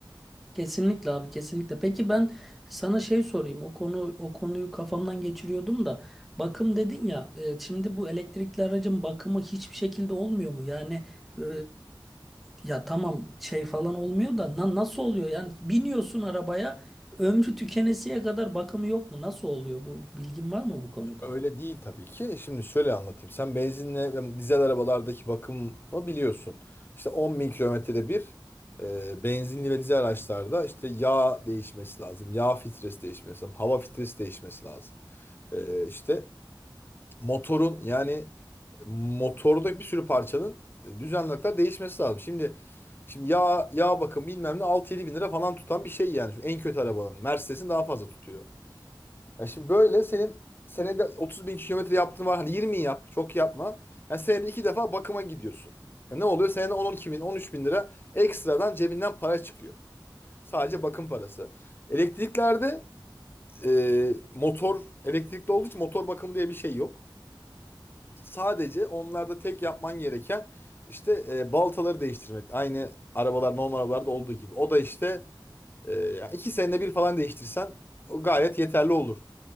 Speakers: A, in the centre; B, on the left (about 25°).
A: Kesinlikle abi kesinlikle. Peki ben sana şey sorayım. O konu o konuyu kafamdan geçiriyordum da bakım dedin ya. e, şimdi bu elektrikli aracın bakımı hiçbir şekilde olmuyor mu? Yani e, ya tamam şey falan olmuyor da na- nasıl oluyor? Yani biniyorsun arabaya ömrü tükenesiye kadar bakımı yok mu? Nasıl oluyor bu? Bilgin var mı bu konuda?
B: Öyle değil tabii ki. Şimdi şöyle anlatayım. Sen benzinle ve dizel arabalardaki bakımı biliyorsun. İşte 10 bin kilometrede bir e, benzinli ve dizel araçlarda işte yağ değişmesi lazım. Yağ filtresi değişmesi lazım. Hava filtresi değişmesi lazım. E, işte motorun yani motorda bir sürü parçanın e, düzenli olarak değişmesi lazım. Şimdi şimdi yağ, yağ bakımı bilmem ne 6-7 bin lira falan tutan bir şey yani. Şu en kötü arabanın. Mercedes'in daha fazla tutuyor. Ya şimdi böyle senin senede 30 bin kilometre yaptığın var. Hadi 20 yap. Çok yapma. Yani senede iki defa bakıma gidiyorsun. Ya ne oluyor? Senede 10-12 bin, 13 bin lira ekstradan cebinden para çıkıyor. Sadece bakım parası. Elektriklerde e, motor elektrikli olduğu için motor bakım diye bir şey yok. Sadece onlarda tek yapman gereken işte e, baltaları değiştirmek. Aynı arabalar normal arabalarda olduğu gibi. O da işte e, yani iki senede bir falan değiştirsen o gayet yeterli olur.